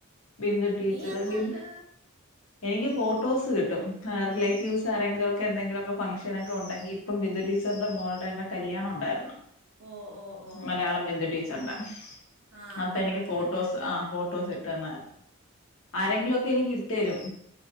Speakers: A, on the left; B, on the right.
A: ബിന്തു ടീച്ചറ്
B: നീ എന്ന്
A: ബി
B: കണ്ട്
A: എനിക്ക് ഫോട്ടോസ് കിട്ടും റിലേറ്റീവ്സ് ആരെങ്കിലൊക്കെ എന്തെങ്കിലൊക്കെ ഫംഗ്ഷൻ ഒക്കെ ഉണ്ടെങ്ക ഇപ്പ ബിന്ദു ടീ ച്ചർടെ മോള്ടെ കല്യാണം ഉണ്ടായിരുന്നു
B: ഓ ഓ ഓ
A: മലയാളം ബിന്ദു ടീച്ചർന്റെ
B: ആഹ് അങ്ങനെ
A: അപ്പൊ എനിക്ക്
B: കിട്ടിയല്ലേ
A: ഫോട്ടോസ് ആ ഫോട്ടോസ് ട്ടന്നാര്ന്നു ആരെങ്കിലൊ എനിക്കിട്ടരും